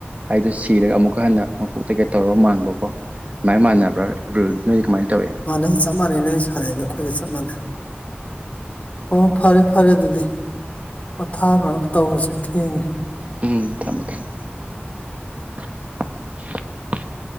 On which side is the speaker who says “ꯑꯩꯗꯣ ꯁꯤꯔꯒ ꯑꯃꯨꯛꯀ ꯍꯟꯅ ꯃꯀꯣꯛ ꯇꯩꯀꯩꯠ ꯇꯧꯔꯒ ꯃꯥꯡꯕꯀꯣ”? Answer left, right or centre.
Right